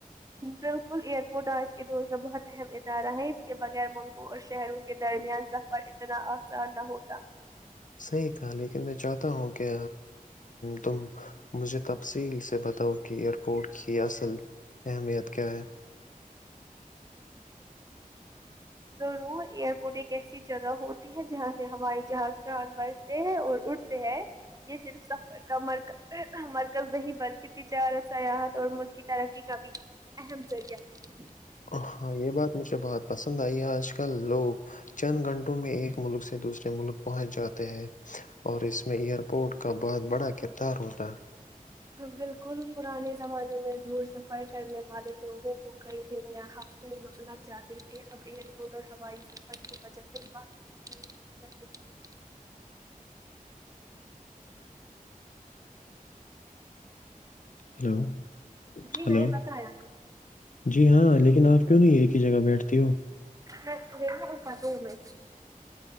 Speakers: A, on the right (about 25°); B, on the left (about 60°).
A: بالکل ایئر پورٹ آج کے دور کا بہت اہم ادارہ ہے اس کے بغیر ملکوں اور شہروں کے درمیان سفر اتنا زیادہ ہوتا
B: صحیح تھا لیکن میں چاہتا ہوں کہ تم مجھے تفصیل سے بتاؤ کہ ایئرپورٹ کی اصل اہمیت کیا ہے
A: ضرور ایئرپورٹ کیسی جگہ ہوتی ہے جہاں سے ہماری جہاز ب اور اٹھتے ہیں یہ صرف سفر کا مر مرکز نہیں بلکہ تجارت سیاحت اور ملک کی ترقی کا بھی اہم ذریعہ ہے
B: ہاں یہ بات مجھے بہت پسند آئی آج کل لوگ چند گھنٹوں میں ایک ملک سے دوسرے ملک پہنچ جاتے ہیں اور اس میں ایئر پورٹ کا بہت بڑا کردار ہوتا ہے
A: بالکل پرانے زمانے میں دور سفر کرنے والے لوگوں کو کئی دن یہاں لگ جاتے تھے اب ایئرپورٹ اور ہوائی سفر کی وجہ سے بقت جی اچھا شکریہ
B: ہلو
A: ہے جی
B: ہلو
A: میں نے بتایا
B: جی ہاں لیکن آپ کیوں نہیں ایک ہی جگہ بیٹھتی ہو
A: نہیں روپ تو ہوولتی